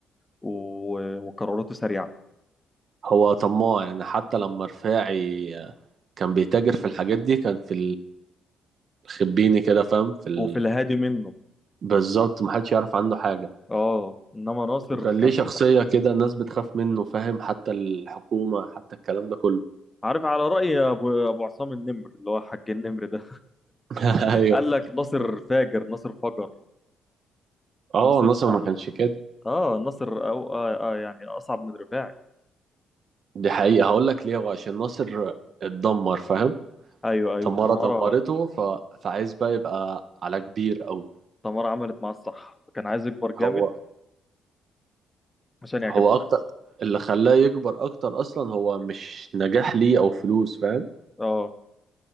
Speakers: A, on the left; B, on the right.
A: و... وقراراته سريعه
B: هو طماع يعني حتى لما رفاعي آه، كان بيتاجر في الحاجات دي كان في الخبيني كده فاهم في ال...
A: وفي الهادي منه
B: بالظبط محدش يعرف عنه حاجه
A: اه انما ناصر
B: وكان
A: كان
B: ليه شخصيه كده الناس بتخاف منه فاهم حتى الحكومه حتى الكلام ده كله
A: عارف على راي ابو ابو عصام النمر اللي هو حاج النمر ده
B: <laughs> ايوه
A: قال لك ناصر فاجر ناصر فجر
B: اه
A: ناصر
B: ناصر
A: اه
B: ما كانش كده
A: آه، ناصر أو آه, اه يعني اصعب من رفاعي
B: دي حقيقة هقول لك ليه هو عشان ناصر اتدمر فاهم
A: ايوه ايوه
B: تمارا
A: تمارا
B: دمرته ف... فعايز بقى يبقى على كبير قوي
A: تمارا عملت معاه الصح كان عايز يكبر جامد
B: هو
A: عشان يعجبها
B: هو اكتر اللي خلاه يكبر اكتر اصلا هو مش نجاح ليه او فلوس فاهم
A: اه